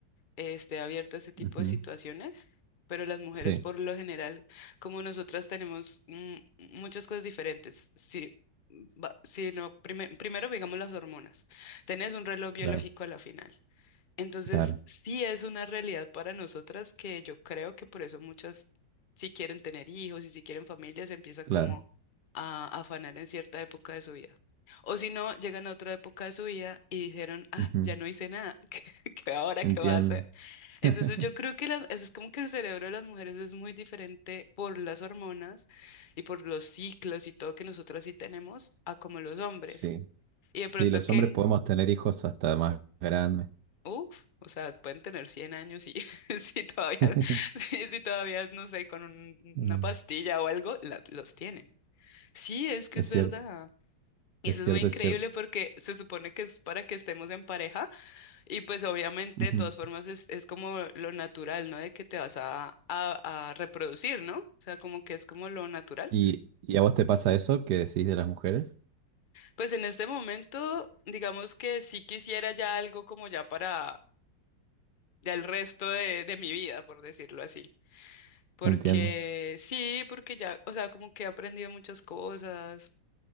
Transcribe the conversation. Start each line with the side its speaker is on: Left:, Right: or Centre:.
Left: eh, esté abierto a ese tipo
Right: Ujú,
Left: de situaciones, pero las mujeres
Right: Sí,
Left: por lo general, como nosotras tenemos mm, muchas cosas diferentes, si, va- si no, prime- primero digamos las hormonas, tenés un reloj biológico
Right: claro,
Left: a la final. Entonces,
Right: claro,
Left: sí es una realidad para nosotras que yo creo que por eso muchas, si quieren tener hijos y si quieren familias, empiezan como
Right: claro.
Left: a afanar en cierta época de su vida. O si no, llegan a otra época de su vida y dijeron, ah,
Right: ujú,
Left: ya no hice nada, <laughs> ¿qué, ahora
Right: Entiendo.
Left: qué va a hacer? Entonces
Right: <laughs>
Left: yo creo que las- eso es como que el cerebro de las mujeres es muy diferente por las hormonas y por los ciclos y todo que nosotros sí tenemos a como los hombres.
Right: Sí,
Left: Y
Right: sí,
Left: de pronto
Right: los
Left: que,
Right: hombres podemos tener hijos hasta más grandes.
Left: uff, o sea, pueden tener 100 años y <laughs> si todavía, <laughs>
Right: <laughs>
Left: si todavía, no sé, con un-
Right: Mm.
Left: una pastilla o algo, la- los tienen. Sí, es que
Right: Es
Left: es
Right: cierto,
Left: verdad. Y
Right: es
Left: eso
Right: cierto,
Left: es muy increíble
Right: es cierto.
Left: porque se supone que es para que estemos en pareja Y pues obviamente,
Right: Ujú.
Left: de todas formas, es, es como lo natural, ¿no? De que te vas a, a, a reproducir, ¿no? O sea, como que es como lo natural.
Right: ¿Y, y a vos te pasa eso que decís de las mujeres?
Left: Pues en este momento, digamos que sí quisiera ya algo como ya para ya el resto de, de mi vida, por decirlo así. Porque
Right: Entiendo.
Left: sí, porque ya, o sea, como que he aprendido muchas cosas,